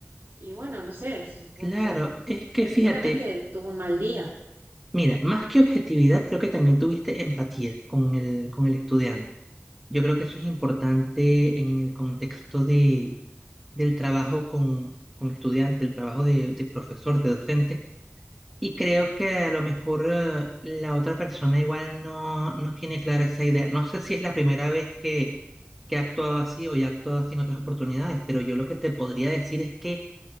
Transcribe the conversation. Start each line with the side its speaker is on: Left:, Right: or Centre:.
Right: y bueno, no sé, supo-
Centre: claro,
Right: se-
Centre: es que
Right: seguramente
Centre: fíjate,
Right: tuvo un mal día.
Centre: mira, más que objetividad, creo que también tuviste empatía con el, con el estudiante. Yo creo que eso es importante en el contexto de, del trabajo con, con estudiantes, del trabajo de, de profesor, de docente Y creo que a lo mejor eh, la otra persona igual no, no tiene clara esa idea. No sé si es la primera vez que, que ha actuado así o ya ha actuado así en otras oportunidades, pero yo lo que te podría decir es que